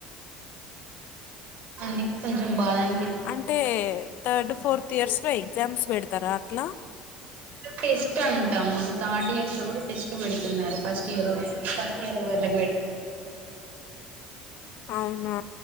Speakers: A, on the right (about 55°); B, on the left (about 60°).
A: అందుకే కొంచెం బాగాం
B: అంటే థర్డ్ ఫోర్త్ ఇయర్స్ లో ఎగ్జామ్స్ పెడతారా టలా
A: టెస్ట్ అంటా మాకు థర్డ్ ఇయర్స్ లో కూడా టెస్ట్ పెడుతున్నారు ఫస్ట్ ఇయర్ వోలకి ఫస్ట్ ఇయర్ వాళ
B: అవునా